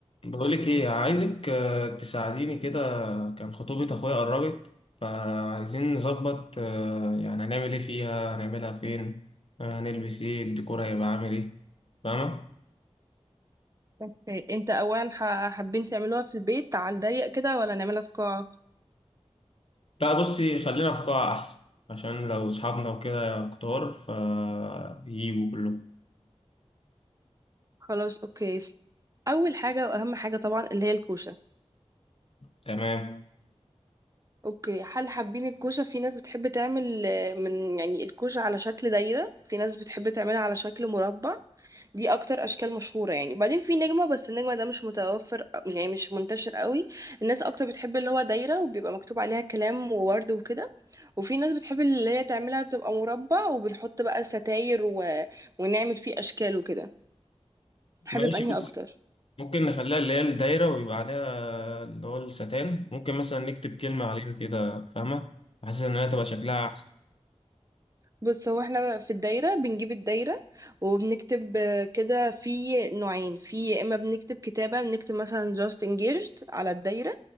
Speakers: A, on the left; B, on the right.
A: بقولك ايه عايزك آه، تساعديني كده كان خطوبة اخويا قربت فعايزين نظبط آه، يعني هنعمل ايه فيها هنعملها فين آه، هنلبس ايه الديكور هيبقى عامل ايه فاهمة
B: اوكي انت اولا ح- حابين تعملوها في البيت على الضيق كده ولا نعملها في قاعة
A: لا بصي خلينا في قاعة احسن عشان لو اصحابنا وكده كتار فييجوا كلهم
B: خلاص اوكي اول حاجة واهم حاجة طبعا اللي هي الكوشة
A: تمام
B: اوكي هل حابين الكوشة في ناس بتحب تعمل آه، من يعني الكوشة على شكل دايرة في ناس بتحب تعملها على شكل مربع دي اكتر اشكال مشهوره يعني وبعدين في نجمه بس النجمه ده مش متوفر يعني مش منتشر قوي الناس اكتر بتحب اللي هو دايره وبيبقى مكتوب عليها كلام وورد وكده وفي ناس بتحب اللي هي تعملها بتبقى مربع وبنحط بقى ستاير و... ونعمل فيه اشكال وكده حابب
A: ماشي
B: انهي
A: بص
B: اكتر
A: ممكن نخليها اللي هي الدايرة ويبقى عليها اللي هو الستان ممكن مثلا نكتب كلمة عليها كده فاهمة حاسس إنها تبقى شكلها أحسن
B: بص هو احنا في الدايره بنجيب الدايره وبنكتب آه، كده في نوعين في يا اما بنكتب كتابه بنكتب مثلا just engaged على الدايره